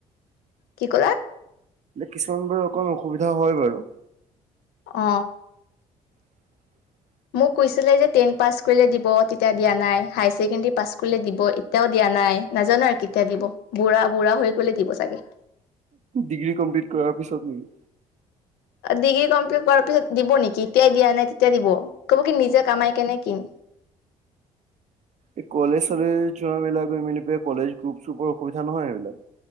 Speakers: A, on the left (about 65°); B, on the right (about 40°).
A: কি কলা।
B: কিছুমান বাৰু অকমান অসুবিধা হয় বাৰু
A: অ,
B: <inaudible>
A: মোক কৈছিলে যে টেন পাছ কৰিলে দিব তেতিয়া দিয়া নাই হায়াৰ ছেকেণ্ডেৰী পাছ কৰিলে দিব, এতিয়াও দিয়া নাই নাজানো আৰু কেতিয়া দিব বুঢ়া বুঢ়া হৈ গলে দিব চাগে।
B: ডিগ্ৰী কমপ্লিট কৰাৰ পিছত নেকি।
A: ডিগ্ৰী কমপ্লিট কৰাৰ পিছত দিব নেকি এতিয়াই দিয়া নাই তেতিয়া দিব ক'ব কি নিজে কামাই কেনে কিন।
B: এই কলেজ চলেজ যোৱা মিলাক মিলি পাই কলেজ গ্ৰুপ চোপৰ অসুবিধা নহয় সেইবিলাক।